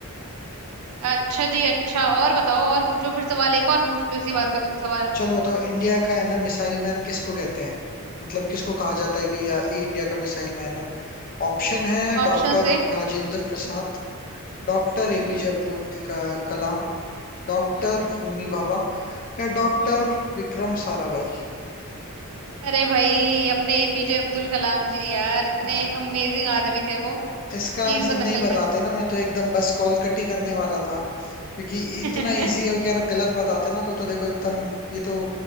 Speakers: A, on the right; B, on the left.
A: अच्छा जी अच्छा और बताओ और पूछो फिर सवाल एक और पूछ लो इसी बात पे तुम सवाल
B: चलो बताओ इंडिया का है ना मिसाइल मैन किसको कहते हैं मतलब किसको कहा जाता है कि या ये इंडिया का मिसाइल मैन है ऑप्शन है
A: ऑप्शन
B: doctor
A: दे हम्म
B: राजेंद्र प्रसाद doctor
A: हम्म
B: एपीजे अब्दुल का- कलाम doctor
A: हम्म
B: होमी भाभा या डॉक्टर
A: हम्म।
B: विक्रम साराभाई
A: अरे भाई अपने एपीजे अब्दुल कलाम जी यार इतने
B: हाँ
A: अमेजिंग आदमी थे वो
B: इसका
A: He
B: आंसर
A: is the
B: नहीं
A: missile
B: बताते
A: man.
B: ना मैं तो एकदम बस कॉल कट ही करने वाला था क्योंकि इतना
A: <laughs>
B: इजी अगर गलत बताते ना तो तो देखो एकदम ये तो